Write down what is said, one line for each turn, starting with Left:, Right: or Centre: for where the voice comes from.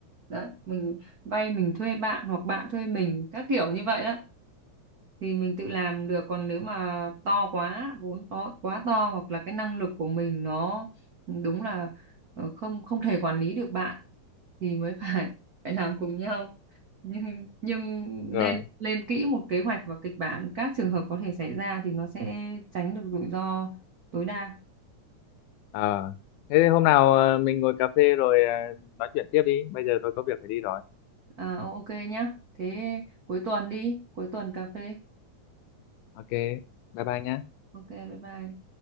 Right: đấy mình vay mình thuê bạn hoặc bạn thuê mình các kiểu như vậy đó thì mình tự làm được còn nếu mà to quá vốn to quá to hoặc là cái năng lực của mình nó ừ, đúng là ờ, không không thể quản lý được bạn thì mới <laughs> phải phải làm cùng nhau nhưng nhưng
Left: Đúng <laughs>
Right: nên
Left: rồi
Right: lên kỹ một kế hoạch và kịch bản các trường hợp có thể xảy ra thì nó sẽ tránh được rủi ro tối đa
Left: Ờ, thế thì hôm nào ờ, mình ngồi cà phê rồi ờ, nói chuyện tiếp đi bây giờ tôi có việc phải đi rồi
Right: à, ok nhá thế cuối tuần đi cuối tuần cà phê
Left: ok bye bye nhé
Right: ok bye bye